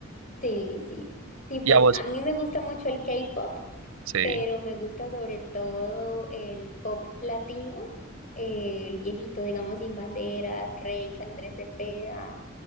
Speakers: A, on the left; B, on the right.
A: Sí, sí. Sí, pues
B: ¿Y a vos?
A: a mí me gusta mucho el K-pop,
B: Sí.
A: pero me gusta sobre todo el pop latino, eh, el viejito, digamos, Sin Banderas, Reik, Andrés Cepeda,